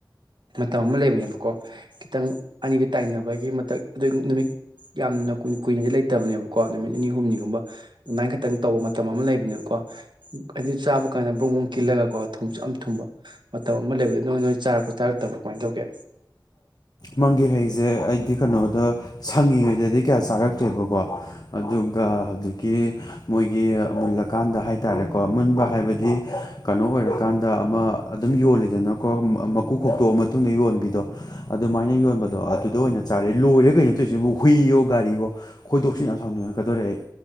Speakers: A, on the right; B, on the left.
A: ꯃꯇꯝ ꯑꯃ ꯂꯩꯕꯅꯦꯕꯀꯣ ꯈꯤꯇꯪ ꯑꯅꯤꯗꯨ ꯇꯥꯏꯅꯕꯒꯤ ꯃꯊꯛ ꯑꯗꯨꯏ <unintelligible> ꯅꯨꯃꯤꯠ ꯌꯥꯝꯅ ꯀꯨꯏ ꯀꯨꯏꯅꯗꯤ ꯂꯩꯇꯕꯅꯦꯕꯀꯣ ꯅꯨꯃꯤꯠ ꯅꯤꯅꯤ ꯍꯨꯝꯅꯤꯒꯨꯝꯕ <unintelligible> ꯑꯗꯨꯃꯥꯏ ꯈꯇꯪ ꯇꯧꯕ ꯃꯇꯝ ꯑꯃ ꯂꯩꯕꯅꯦꯕꯀꯣ ꯑꯩꯗꯤ ꯆꯥꯕ ꯀꯥꯟꯗ ꯕ꯭ꯔꯨꯡ ꯕꯨꯡ ꯀꯤꯜꯂꯒꯀꯣ ꯊꯨꯝꯁꯨ ꯌꯥꯝ ꯊꯨꯝꯕ ꯃꯇꯝ ꯑꯃ ꯂꯩꯕꯗ ꯅꯣꯏ ꯅꯣꯏ ꯆꯥꯔꯛꯄ ꯆꯥꯔꯛꯇꯕ꯭ꯔꯥ ꯀꯃꯥꯏꯅ ꯇꯧꯒꯦ
B: ꯃꯪꯒꯤ ꯍꯩꯁꯦ ꯑꯩꯗꯤ ꯀꯩꯅꯣꯗ ꯁꯪꯉꯤꯉꯩꯗꯗꯤ ꯀꯌꯥ ꯆꯥꯔꯛꯇ꯭ꯔꯦꯕꯀꯣ ꯑꯗꯨꯒ ꯍꯧꯖꯤꯛꯀꯤ ꯃꯣꯏꯒꯤ ꯃꯨꯜꯂꯀꯥꯟꯗ ꯍꯥꯏ ꯇꯥꯔꯦꯀꯣ ꯃꯨꯟꯕ ꯍꯥꯏꯕꯗꯤ ꯀꯩꯅꯣ ꯑꯣꯏꯔꯀꯥꯟꯗ ꯑꯃ ꯑꯗꯨꯝ ꯌꯣꯜꯂꯤꯗꯅꯀꯣ ꯃꯀꯨ ꯈꯣꯛꯇꯣꯛꯑ ꯃꯇꯨꯡꯗ ꯌꯣꯟꯕꯤꯗꯣ ꯑꯗꯨꯃꯥꯏꯅ ꯌꯣꯟꯕꯗꯣ ꯑꯗꯨꯗ ꯑꯣꯏꯅ ꯆꯥꯔꯛꯏ ꯂꯣꯏꯔꯦ ꯀꯩꯅꯣ ꯇꯧꯢꯖꯤꯕꯨ ꯍꯨꯏꯌꯣ ꯒꯥꯔꯤꯋꯣ ꯈꯣꯏꯗꯣꯛꯁꯦ ꯌꯥꯝ ꯁꯥꯎꯅꯤꯡꯉꯛꯀꯗꯣꯔꯦ ꯑꯩ